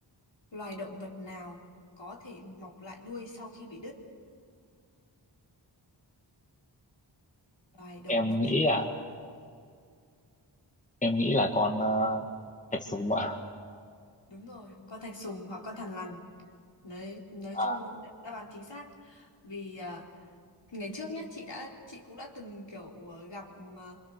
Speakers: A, on the left; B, on the left.
A: Loài động vật nào có thể mọc lại đuôi sau khi bị đứt? Loài động
B: Em
A: vật
B: nghĩ ạ, em nghĩ là con uh, thạch sùng ạ.
A: đúng rồi, con thạch sùng hoặc con thằn lằn. Nói nói
B: À,
A: chung đáp án chính xác. Vì à, ngày trước nhá, chị đã chị cũng đã từng kiểu à, gặp à,